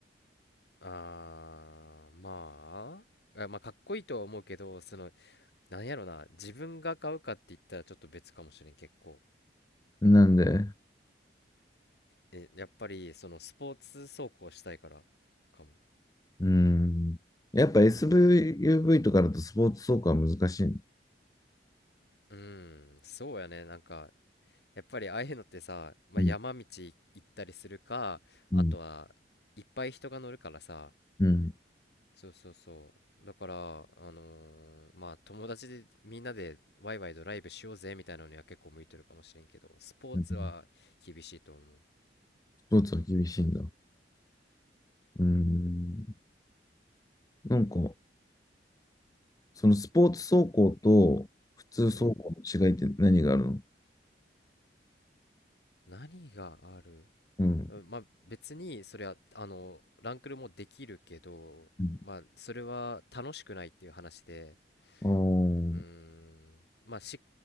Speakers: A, on the left; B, on the left.
A: あー、まあ、あ、まあ、かっこいいとは思うけど、その、なんやろな、自分が買うかって言ったらちょっと別かもしれん、結構。
B: なんで、
A: え、やっぱり、その、スポーツ走行したいから、かも。
B: うん。やっぱ SUV とかだとスポーツ走行は難しいの。
A: うん、そうやね、なんか、やっぱりああいうのってさ、まあ、
B: うん。
A: 山道行ったりするか、あとはいっぱい人が乗るからさ、
B: うん。うん。
A: そうそうそう。だから、あのーまあ友達でみんなでワイワイドライブしようぜみたいなのには結構向いてるかもしれんけど、スポーツは厳しいと思う。
B: うんスポーツは厳しいんだ。うん。なんか、そのスポーツ走行と普通走行の違いって何があるの
A: うん。何がある
B: うん。
A: うんまあ別にそれはあのランクルもできるけど、
B: うん。
A: まあそれは楽しくないっていう話で、
B: あー
A: うーん、まあし、